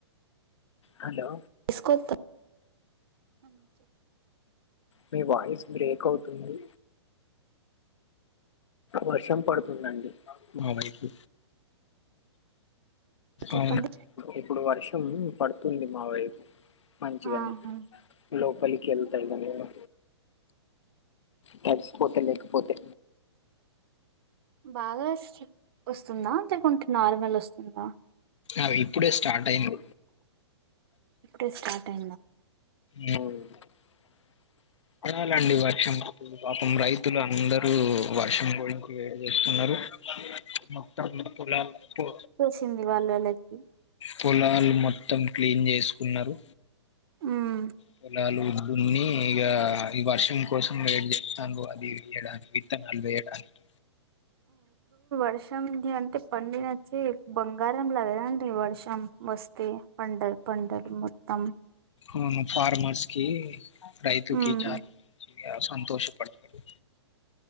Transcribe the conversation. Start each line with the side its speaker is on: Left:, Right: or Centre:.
Left: హలో
Right: తీసుకొస్తా
Left: మీ వాయిస్ బ్రేక్ అవుతుంది వర్షం పడుతుందండి మా వైపు
Right: చెప్పండి
Left: అవునా ఇప్పుడు వర్షం పడుతుంది మా వైపు మంచిగానే
Right: ఆహా
Left: లోపలికెళ్తా ఇగ నేను తడిసిపోతా లేకపోతే
Right: బాగా వస్తుందా లేకుంటే నార్మల్ వస్తుందా
Left: అది ఇప్పుడే స్టార్ట్ అయింది
Right: ఇప్పుడే స్టార్ట్ అయిందా
Left: ఉ పడాలండి వర్షం పాపం రైతులు అందరు ఇప్పుడు వర్షం పోయి వేసుకున్నారు మొత్తం పొలాలు ప్పు
Right: చింది వాళ్ళళకి
Left: పొలాలు మొత్తం క్లీన్ చేసుకున్నారు
Right: ఉమ్
Left: పొలాలు దున్ని ఇగ ఈ వర్షం కోసం వెయిట్ చేతాన్లు అది వేయడానికి విత్తనాలు వేయడానికి
Right: ప్రషంధ అంతే పండినచ్చి బంగారం లాగదండి వర్షం వస్తే పండలు పంటలు మొత్త తమ్
Left: ఉమ్ ఫార్మర్స్కి రైతుకి
Right: ఉమ్
Left: చాలా మంచిగా సంతోషపడతడు